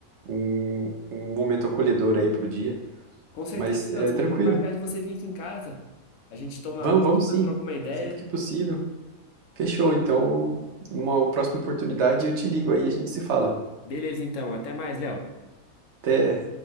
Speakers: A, on the right; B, on the left.
A: um, um momento acolhedor aí pro dia.
B: Com certeza,
A: Mas
B: Leozinho.
A: é tranquilo.
B: Vamos marcar de você vir aqui em casa. A gente toma
A: Vamos,
B: uma,
A: vamos sim.
B: troca uma ideia.
A: Sempre que possível. Fechou. Então, numa próxima oportunidade, eu te ligo aí, a gente se fala.
B: Beleza, então. Até mais, Léo.
A: Até.